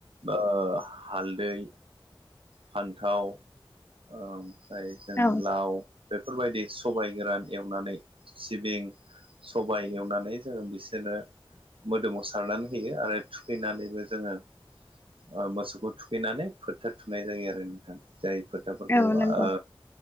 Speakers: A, on the right; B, on the left.
A: ओ हालदै फान्थाव ओम फ्राय जों
B: औ
A: लाव बेफोरबायदि सबाय गोरान एवनानै सिबिं सबाय एवनानै जोङो बिसोरनो मोदोमाव सारनानै होयो आरो थुखैनानैबो जोङो। ओ मोसौखौ थुखैनानै फोथा थुनाय जायो आरो नोंथां जाय फोथाफोरखौ
B: औ नंगौ
A: ओ